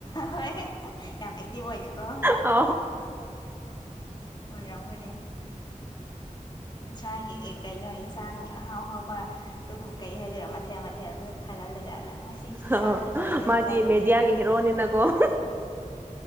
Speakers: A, on the left; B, on the right.
A: ꯍꯣꯏ ꯌꯥꯝ ꯑꯦꯛꯇꯤꯚ ꯑꯣꯏꯅ ꯑꯣꯏꯅ ꯀ
B: ꯑ
A: ꯍꯣꯏ ꯔꯝꯒꯅꯦ ꯏꯟꯁꯥꯡꯒꯤ ꯑꯦ ꯀꯩꯅꯣ ꯏꯟꯁꯥꯡ ꯑꯍꯥꯎꯍꯥꯎꯕ ꯑꯗꯨꯝ ꯀꯩ ꯍꯥꯏꯗꯣꯏꯔꯣ ꯃꯊꯦꯜ ꯃꯊꯦꯜ ꯑꯗꯨ ꯊꯥꯒꯠꯂꯒ ꯉꯁꯤꯁꯤ
B: ꯑ
A: ꯆꯥꯗꯣꯏꯅꯦ ꯑꯗꯨꯝ
B: ꯃꯥꯗꯤ
A: ꯆꯥꯗꯣꯏꯅꯦ
B: ꯃꯦꯗꯤꯌꯥꯒꯤ
A: ꯍꯥꯏ ꯔꯒ
B: ꯍꯦꯔꯣꯅꯤꯅꯀꯣ